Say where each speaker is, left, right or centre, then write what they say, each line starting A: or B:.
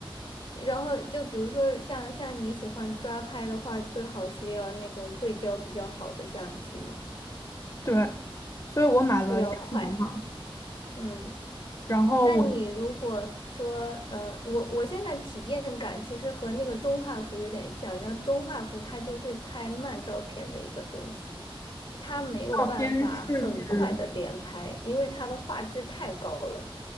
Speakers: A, on the left; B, on the left.
A: 然后就比如说像像你喜欢抓拍的话，最好是要那种对焦比较好的相机嘛，
B: 对，所以我买了佳能嘛，
A: 就要快。嗯，
B: 然后我
A: 但你如果说，呃，我我现在体验感其实和那个中画幅有点像，然后中画幅它就是拍慢照片的一个东西，它没有办法很快的连拍，
B: 照片是指
A: 因为它的画质太高了。